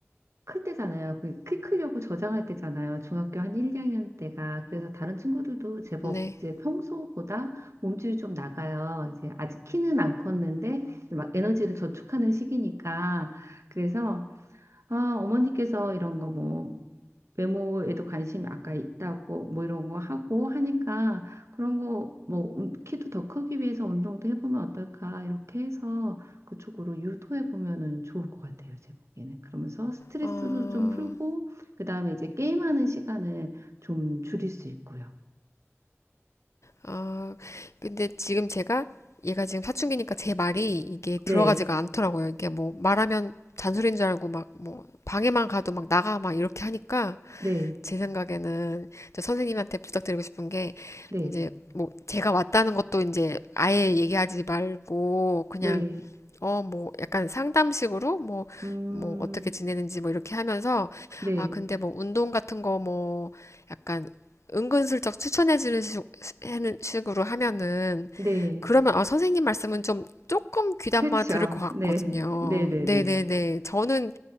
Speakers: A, on the right; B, on the left.
A: 클 때잖아요. 그 키 크려고 저장할 때잖아요. 중학교 한 1, 2학년 때가. 그래서 다른 친구들도 제법
B: 네.
A: 이제 평소보다 몸집이 좀 나가요. 이제 아직 키는 안 컸는데 이제 막 에너지를 저축하는 시기니까. 그래서 아, 어머니께서 이런 거뭐 외모에도 관심이 아까 있다고 뭐 이런 거 하고 하니까 그런 거 뭐 키도 더 크기 위해서 운동도 해보면 어떨까 이렇게 해서 그쪽으로 유도해 보면은 좋을 것 같아요 제 보기에는 그러면서 스트레스도
B: 어,
A: 좀 풀고 그 다음에 이제 게임하는 시간을 좀 줄일 수 있고요
B: 어, 근데 지금 제가 얘가 지금 사춘기니까 제 말이 이게
A: 네
B: 들어가지가 않더라고요. 이게 뭐 말하면 잔소리인 줄 알고 막 뭐 방에만 가도 막 나가 막 이렇게 하니까
A: 네
B: 제 생각에는 저 선생님한테 부탁드리고 싶은 게
A: 네
B: 이제 뭐 제가 왔다는 것도 이제 아예 얘기하지 말고 그냥
A: 네
B: 어 뭐 약간 상담식으로 뭐
A: 음
B: 뭐 어떻게 지내는지 뭐 이렇게 하면서
A: 네
B: 아 근데 뭐 운동 같은 거 뭐 약간 은근슬쩍 추천해주는 식- 하는 식으로 하면은
A: 네
B: 그러면 아 선생님 말씀은 좀 조금 귀담아
A: 그렇죠
B: 들을 것 같거든요.
A: 네네네네
B: 네네네. 저는